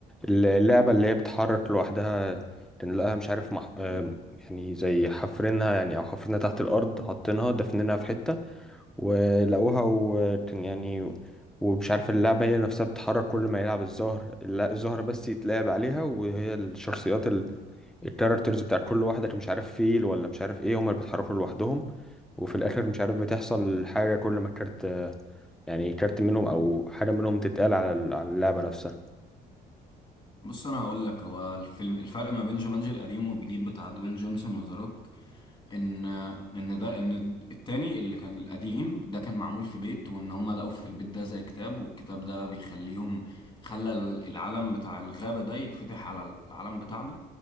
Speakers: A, in the centre; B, on the left.
A: اللعبة اللي هي بتتحرك لوحدها كان لقاها مش عارف مح... آه، يعني زي حفرينها يعني او حفرينها تحت الارض حاطينها دفنينها في حتة ولقوها وكان يعني ومش عارف اللعبة هي نفسها بتتحرك كل ما يلعب الزهر الل- الزهر بس يتلعب عليها وهي الشخصيات ال- الكاركترز بتاع كل واحدة كان مش عارف فيل ولا مش عارف ايه هما اللي بيتحركوا لوحدهم وفي الآخر مش عارف بتحصل حاجة كل ما كارت يعني كارت منهم أو حاجة منهم تتقال على ال- على اللعبة نفسها
B: بص انا هقول لك هو الفيلم الفرق ما بين جومانجي القديم والجديد بتاع دوين جونسون وذا روك ان ان ده ان التاني اللي كان القديم ده كان معمول في بيت وان هم لقوا في البيت ده زي كتاب والكتاب ده بيخليهم خلى العالم بتاع الغابة ده يتفتح على العالم بتاعنا